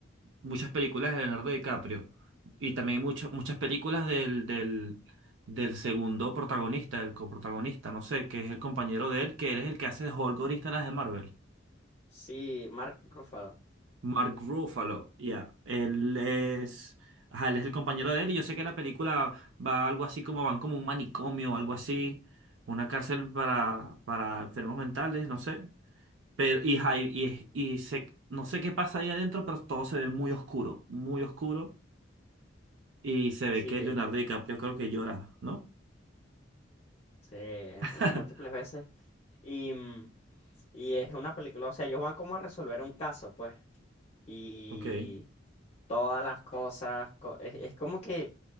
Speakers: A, on the right; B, on the left.
A: muchas películas de Leonardo DiCaprio y también mucho- muchas películas del, del, del segundo protagonista, del coprotagonista, no sé, que es el compañero de él, que él es el que hace de Hulk ahorita en las de Marvel.
B: Sí, Mark Ruffalo.
A: Mark Ruffalo, ya. Él es. Ajá, él es el compañero de él y yo sé que la película va algo así como van como un manicomio, algo así, una cárcel para, para enfermos mentales, no sé. Pero, y, ajá, y, y- y se- no sé qué pasa ahí adentro, pero todo se ve muy oscuro, muy oscuro. Y se ve
B: Sí,
A: que Leonardo
B: eh,
A: DiCaprio creo que llora, ¿no?
B: sí, en-
A: <laughs>
B: en múltiples veces. Y, mm, y es una película, o sea, ellos van como a resolver un caso, pues. Y
A: Ok.
B: todas las cosas, co- es, es como que,